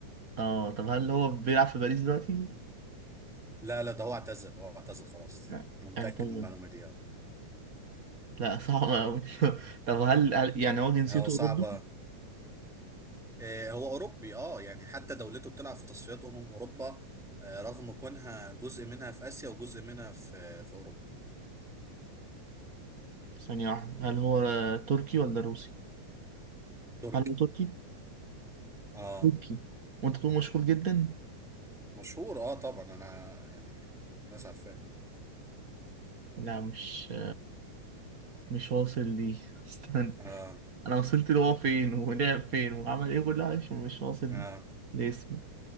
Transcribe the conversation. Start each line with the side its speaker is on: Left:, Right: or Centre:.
Right: اه طب هل هو بيلعب في باريس دلوقتي
Centre: لا لا ده هو اعتزل هو اعتزل خلاص
Right: لا
Centre: انا متأكد
Right: اعتذر
Centre: من المعلومة دي اه
Right: لا صعب أوي <laughs> طب هل, هل يعني هو جنسيته
Centre: هو صعبة
Right: أوروبي؟
Centre: آه هو اوروبي اه يعني حتى دولته بتلعب في تصفيات امم اوروبا آه رغم كونها جزء منها في اسيا وجزء منها في في اوروبا
Right: ثانية واحدة هل هو تركي ولا روسي؟
Centre: تركي
Right: هل هو تركي؟
Centre: اه
Right: تركي وأنت تكون مشهور جدا؟
Centre: مشهور اه طبعا انا يعني الناس عارفاه
Right: لا مش مش واصل ليه <laughs> استنى
Centre: اه
Right: أنا وصلت له هو فين ولعب فين وعمل إيه كل حاجة مش مش واصل
Centre: اه
Right: لاسمه